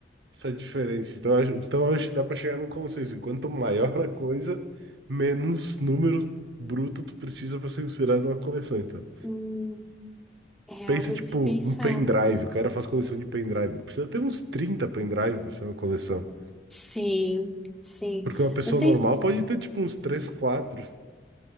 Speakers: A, on the right; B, in the centre.
A: essa diferença. Então, acho- então acho que dá para chegar num consenso. Quanto maior a coisa, menos número bruto tu precisa para ser considerado uma coleção. Então,
B: Hum, é
A: pensa
B: algo
A: tipo
B: a se pensar.
A: um pendrive. O cara faz coleção de pendrive. Ele precisa ter uns 30 pendrive para ser uma coleção.
B: Sim, sim.
A: Porque uma pessoa
B: Não sei
A: normal
B: se,
A: pode ter tipo uns três quatro